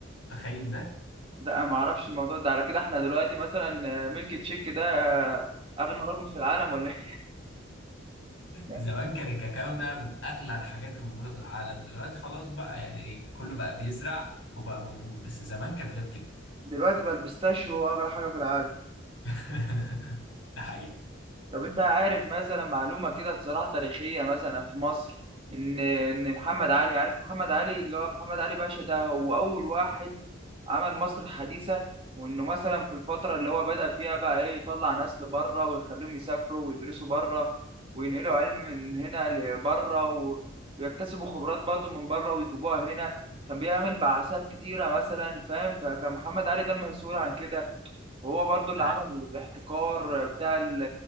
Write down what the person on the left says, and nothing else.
تخيل ده
زمان كان الكاكاو ده من اغلى الحاجات الموجوده في العالم دلوقتي خلاص بقى يعني كله بقى بيزرع وبقى موجود بس زمان كان غير كده
<laughs> ده حقيقي
انا